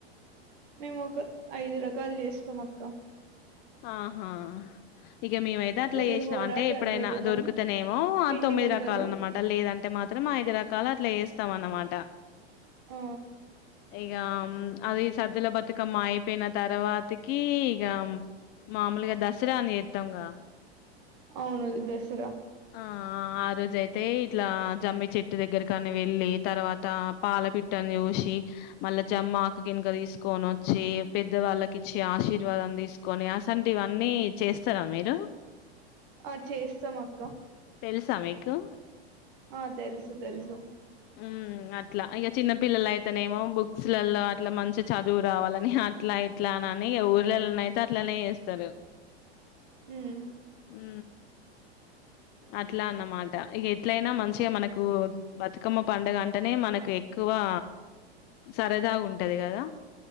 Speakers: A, on the right; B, on the left.
A: మేము ఒక ఐదు రకాల్ చేస్తం అక్క.
B: ఆహా ఇగ మేమైతే అట్లా
A: పులిహోర
B: చేశినం. అంటే
A: దద్దోజనం
B: ఎప్పుడైనా దొరుకుతనేమో ఆ
A: పిండి
B: తొమ్మిది
A: ముద్దలు
B: రకాల అనమాట. లేదంట్ టే మాత్రం ఐదు రకాల్ అట్లా చేస్తం అన్నమాట.
A: ఆ
B: ఇగాం అది సద్దుల బతుకమ్మ అయిపోయిన తర్వాతకీ ఇగా. మామూలుగా దసరా అని చేత్తంగా.
A: అవును దసరా
B: ఆ ఆ రోజయితే ఇట్లా జమ్మి చెట్టు దగ్గరకని వెళ్ళీ, తర్వాతా పాల పిట్టని చూశీ, మళ్ళ జమ్మాకు గినుక తీసుకొనొచ్చీ, పెద్దవాళ్ళకి ఇచ్చి ఆశీర్వాదం తీసుకొని అసంటి వన్నీ చేస్తారా మీరూ.
A: ఆ చేస్తాం అక్క.
B: తెలుసా మీకు.
A: ఆ తెలుసు తెలుసు.
B: ఉమ్ అట్లా. ఇగ చిన్న పిల్లలయితేనేమో బుక్స్లలో అట్లా మంచి చదువు రావాలని అట్లా ఇట్లా నని ఇగ ఊర్లలోన అయితే అట్లనే చేస్తరు.
A: ఉమ్,
B: ఊ అట్లా అన్నమాట. ఇగ ఎట్లయినా మంచిగా మనకూ బతుక్ క్కమ్మ పండగ అంటనే మనకు ఎక్కువా సరదా గుంటది గదా.